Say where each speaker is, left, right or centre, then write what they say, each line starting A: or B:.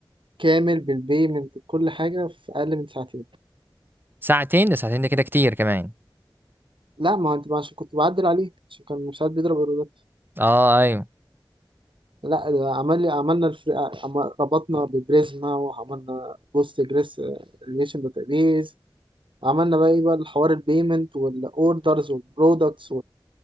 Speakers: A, on the right; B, on the right.
A: كامل بالبيمنت بكل حاجة في اقل من ساعتين
B: ساعتين ده ساعتين ده كده كتير كمان
A: لا ما هو انت عشان كنت بعدل عليه عشان كان مش عارف بيضرب ايرورات
B: اه ايوه
A: لا ده عمل لي عملنا الفر... عم- ربطنا ببريزما وعملنا بوست جريس ريليشن داتابيز عملنا بقى ايه بقى الحوار البيمنت والاوردرز والبرودكتس